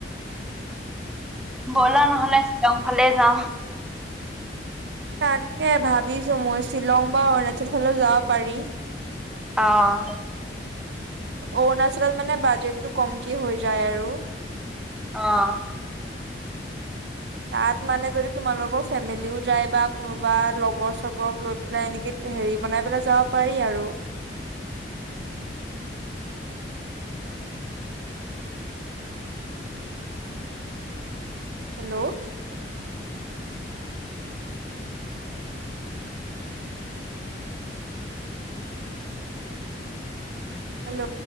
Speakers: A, in the centre; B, on the right.
A: বল নহলে শ্বিলং ফালে যাওঁ
B: তাকে ভাবিছো মই শ্বিলং বা অৰুণাচল ফালে যাব পাৰি
A: অ',
B: অ ন আ মানে বাজেটটো কমক হৈ যায় আৰু
A: আহ
B: তাত মানে যদি তোমালোকৰ ফেমিলিও যায় বা কোনোবা লগৰ চগৰক লৈ পেলাই এনেকে হেৰি বনাই পেলাই যাব পাৰি আৰু হেল্ল' হেল্ল'